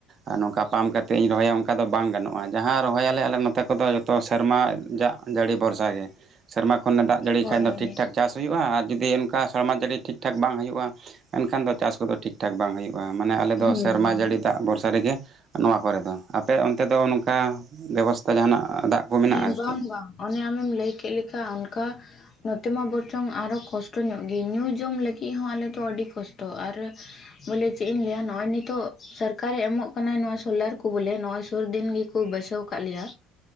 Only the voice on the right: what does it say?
ᱟᱨ ᱱᱚᱝᱠᱟ ᱯᱟᱢ ᱠᱟ ᱛᱮ ᱤᱧ ᱨᱚᱦᱚᱭᱟ ᱚᱱᱠᱟ ᱫᱚ ᱵᱟᱝ ᱜᱟᱱᱚᱜᱼᱟ ᱡᱟᱦᱟᱸ ᱨᱚᱦᱚᱭᱟᱞᱮ, ᱟᱞᱮ ᱱᱚᱛᱮ ᱠᱚᱫᱚ ᱡᱚᱛᱚ ᱥᱮᱨᱢᱟ ᱡᱟᱜ ᱡᱟᱹᱲᱤ ᱵᱷᱚᱨᱥᱟ ᱜᱮ ᱥᱮᱢᱟ ᱠᱷᱚᱱᱮ ᱫᱟᱜ ᱡᱟᱹᱲᱤ
ᱠᱷᱟᱱ ᱫᱚ ᱴᱷᱤᱠ ᱴᱷᱟᱠ ᱪᱟᱥ ᱦᱩᱭᱩᱜᱼᱟ ᱟᱨ ᱡᱩᱫᱤ ᱚᱱᱠᱟ ᱥᱮᱨᱢᱟ ᱡᱟᱹᱲᱤ ᱴᱷᱤᱠ ᱴᱷᱟᱠ ᱵᱟᱝ ᱦᱩᱭᱩᱜᱼᱟ ᱮᱱᱠᱷᱟᱱ ᱫᱚ ᱪᱟᱥ ᱠᱚᱫᱚ ᱴᱷᱤᱠ ᱴᱷᱟᱠ ᱵᱟᱝ ᱦᱩᱭᱩᱜᱼᱟ ᱢᱟᱱᱮ ᱟᱞᱮᱫᱚ
ᱥᱮᱨᱢᱟ ᱡᱟᱹᱲᱤ ᱫᱟᱜ ᱵᱷᱚᱨᱥᱟ ᱨᱮᱜᱮ, ᱱᱚᱣᱟ ᱠᱚᱨᱮ ᱫᱚ ᱟᱯᱮ ᱛᱮᱫᱚ ᱱᱚᱝᱠᱟ ᱵᱮᱵᱚᱥᱛᱟ ᱡᱟᱦᱟᱱᱟᱜ ᱫᱟᱜ ᱠᱚ ᱢᱮᱱᱟᱜᱼᱟ
ᱥᱮ
ᱪᱮᱫ